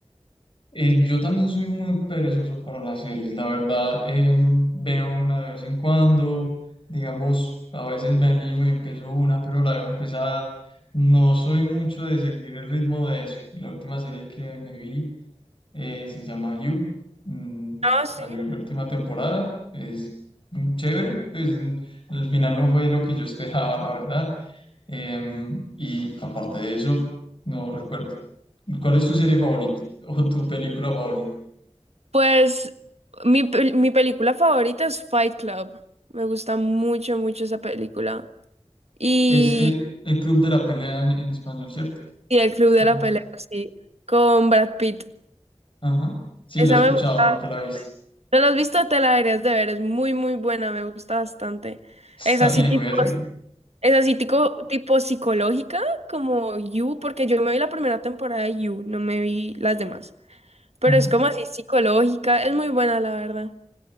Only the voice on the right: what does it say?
Ah, sí.
Pues mi, pel- mi película favorita es Fight Club. Me gusta mucho, mucho esa película. Y,
y El Club de
la Pelea,
sí, con Brad Pitt.
Esa
me gusta.
¿No la has visto? Te la deberías de ver. Es muy, muy buena. Me gusta bastante.
Es así
tipo,
es así tipo, tipo psicológica, como You, porque yo me vi la primera temporada de You, no me vi las demás. Pero
es como así psicológica. Es muy buena, la verdad.